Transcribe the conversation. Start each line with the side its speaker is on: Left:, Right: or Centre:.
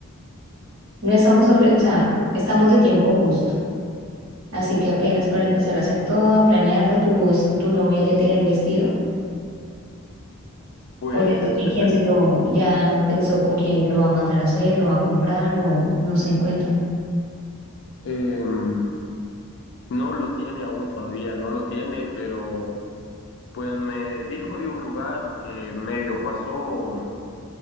Right: no estamos sobre, o sea, estamos de tiempo justo. Así que apenas para empezar a hacer todo, a planearlo, tu, es- tu novia ya tiene el vestido
Left: pues
Right: o ya tiene
Left: el
Right: quién
Left: vest-
Right: se lo, ya pensó con quién lo va a mandar a hacer, lo va a comprar o no sé, cuéntame.
Left: em, no lo tiene aún todavía, no lo tiene, pero pues me dijo de un lugar que medio pasó